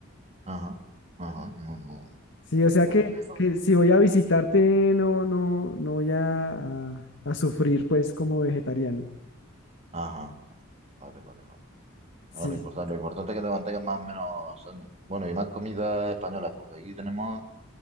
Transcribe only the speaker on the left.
Sí, o sea
que,
que si voy a visitarte, no, no, no voy a, a- a sufrir pues como vegetariano.
Sí,